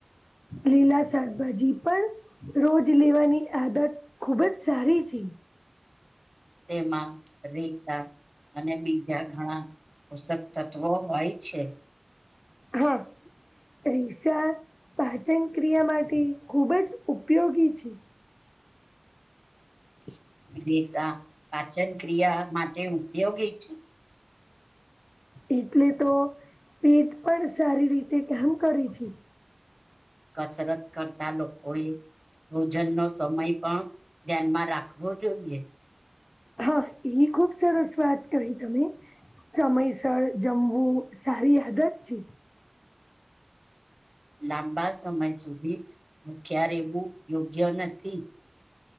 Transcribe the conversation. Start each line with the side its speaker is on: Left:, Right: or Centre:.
Left: લીલા શાકભાજી પણ રોજ લેવાની આદત ખુબ જ સારી છે.
Right: તેમાં રિસા અને બીજા ઘણા પોષક તત્વો હોય છે.
Left: હા. રીસા પાચન ક્રિયા માટે ખૂબ જ ઉપયોગી છે. <inaudible>
Right: રીસા દેશા પાચન ક્રિયા માટે ઉપયોગી છે.
Left: એટલે તો પેટ પર સારી રીતે કામ કરે છે.
Right: કસરત કરતા લોકો એ ભોજન નો સમય પણ ધ્યાનમાં રાખવો જોઈએ.
Left: હા એ ખુબ સરસ વાત કહી તમે સમયસર જમવું સારી આદત છે.
Right: લાંબા સમય સુધી ભૂખ્યા રહેવું યોગ્ય નથી.